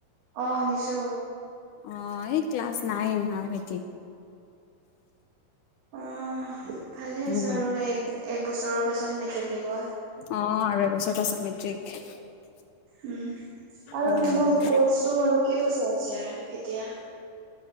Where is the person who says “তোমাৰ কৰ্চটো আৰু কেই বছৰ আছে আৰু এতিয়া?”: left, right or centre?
Right